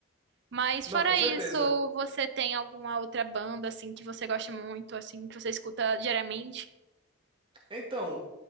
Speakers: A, on the right; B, on the right.
A: Mas
B: Não,
A: fora
B: com certeza.
A: isso, você tem alguma outra banda, assim, que você gosta muito, assim, que você escuta diariamente?
B: Então,